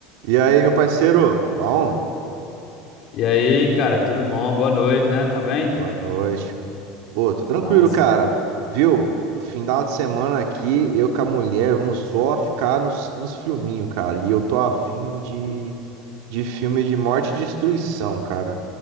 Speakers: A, on the right; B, on the left.
A: E aí, meu parceiro? Bom,
B: E aí, cara, tudo bom? Boa noite, né? Tá bem?
A: boa noite. Pô, tô tranquilo,
B: Nossa.
A: cara. Viu? Final de semana aqui, eu com a mulher, vamos só ficar nos, nos filminhos, cara. E eu tô afim de, de filme de morte e destruição, cara.